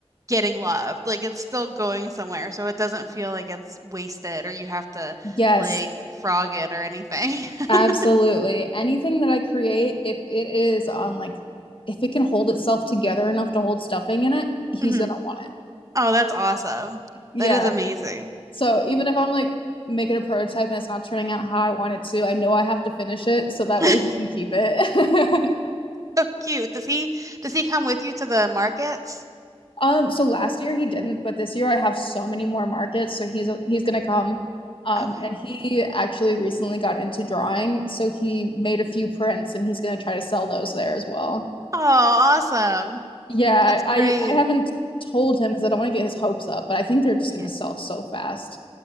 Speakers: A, on the right; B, on the left.
A: getting loved. Like it's still going somewhere, so it doesn't feel like it's wasted or you have to
B: Yes,
A: like frog it or anything. <laughs>
B: absolutely. Anything that I create, if it is on like, if it can hold itself together enough to hold stuffing in it, he's
A: Mhm.
B: gonna want it.
A: Oh, that's awesome.
B: Yeah.
A: That is amazing.
B: So even if I'm like making a prototype and it's not turning out how I want it to, I know I have to finish it so that
A: <laughs>
B: way he can keep it. <laughs>
A: So cute. Does he does he come with you to the markets?
B: Um, so last year he didn't, but this year I have so many more markets, so he's he's gonna come. Um,
A: Okay.
B: and he actually recently got into drawing, so he made a few prints and he's gonna try to sell those there as well.
A: Oh, awesome.
B: Yeah,
A: That's
B: I
A: great.
B: I haven't told him because I don't want to get his hopes up, but I think they're just
A: Yeah.
B: gonna sell so fast.